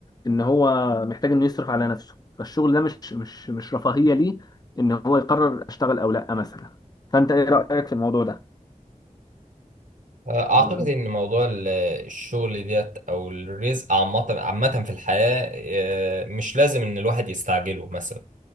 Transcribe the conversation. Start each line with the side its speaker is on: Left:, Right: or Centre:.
Left: ان هو محتاج انه يصرف على نفسه فالشغل ده مش مش مش رفاهية ليه ان هو يقرر اشتغل او لا مثلا فانت ايه رأيك في الموضوع ده
Right: أعتقد
Left: طب
Right: إن موضوع ال- الشغل ديت أو الرزق عامة عامة في الحياة آه، مش لازم إن الواحد يستعجله مثلا